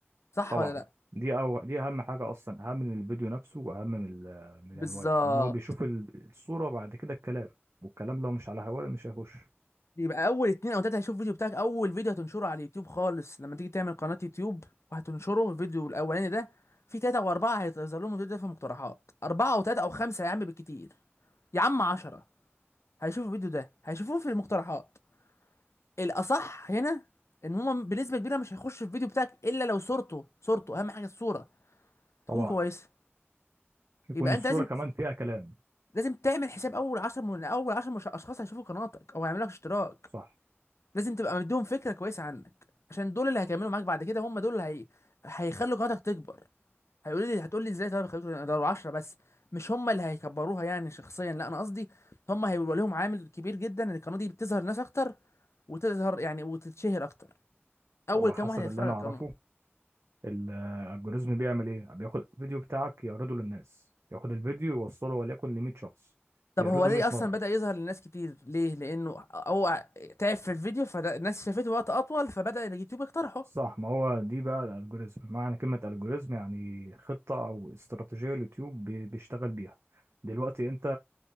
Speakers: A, on the left; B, on the right.
A: صح
B: طبعا
A: ولا لا
B: دي أو دي أهم حاجة أصلا أهم من الفيديو نفسه وأهم من ال- من العنوان
A: بالظبط
B: لأن هو بيشوف ال- الصورة بعد كده الكلام والكلام لو مش على هواه مش هيخش
A: يبقى اول اتنين او تلاته هيشوف الفيديو بتاعك اول فيديو هتنشره على اليوتيوب خالص لما تيجي تعمل قناه يوتيوب وهتنشره الفيديو الاولاني ده في تلاته واربعه هيظهر لهم الفيديو ده في المقترحات اربعه او تلاته او خمسه يا عم بالكتير يا عم عشرة هيشوفوا الفيديو ده هيشوفوه في المقترحات الاصح هنا ان هم بنسبه كبيره مش هيخشوا الفيديو بتاعك الا لو صورته صورته اهم حاجه الصوره تكون
B: طبعا
A: كويسه
B: يكون
A: يبقى
B: الصورة
A: انت لازم
B: كمان فيها كلام
A: لازم تعمل حساب اول 10 من اول 10 اشخاص هيشوفوا قناتك او هيعملوا لك اشتراك
B: صح
A: لازم تبقى مديهم فكره كويسه عنك عشان دول اللي هيكملوا معاك بعد كده هم دول اللي هي... هيخلوا قناتك تكبر هيقولوا لي هتقول لي ازاي طيب خليكوا ده 10 بس مش هم اللي هيكبروها يعني شخصيا لا انا قصدي هم هيبقى لهم عامل كبير جدا ان القناه دي بتظهر ناس اكتر وتظهر يعني وتتشهر اكتر اول
B: هو
A: كام
B: حسب
A: واحد هيتفرج
B: اللي أنا
A: على
B: أعرفه
A: القناه
B: الالجوريزم بيعمل إيه بياخد الفيديو بتاعك يعرضه للناس ياخد الفيديو يوصله وليكن ل 100 شخص
A: طب
B: يعرضه
A: هو ليه
B: 100
A: اصلا
B: مرة
A: بدأ يظهر للناس كتير ليه لانه هو تعب في الفيديو فالناس شافته وقت اطول فبدأ اليوتيوب يقترحه
B: صح ما هو دي بقى الالجوريزم معنى كلمة الجوريزم يعني خطة او استراتيجية اليوتيوب بي- بيشتغل بيها دلوقتي انت